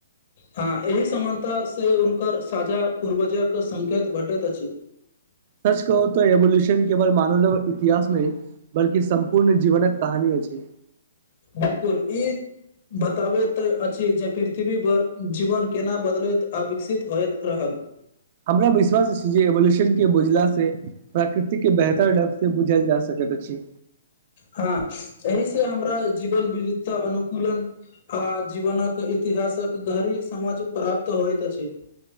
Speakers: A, on the left (about 55°); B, on the right (about 45°).
A: हँ एहि समानत ता से हुनकर साझा पूर्वजक संकेत घटैत अछि
B: सच कहू तऽ एवोल्यूशन केवल मानवक इतिहास नहि बल्कि सम्पूर्ण जीवनक कहानी अछि छी
A: बिलकुल ई बताबैत अछि जे पृथ्वी पर जीवन केना बदलैत आ विकसित होइत रहल
B: हमरा विश्वास अछि जे एवोल्यूशन के बुझला से प्राकृतिके बेहतर ढंग से बुझल जा सकै त अछि
A: हँ एहि से हमरा जीवन विविधता अनुकूलन आ जीवनक इतिहास सक गहरी समझ प्राप्त होइत अछि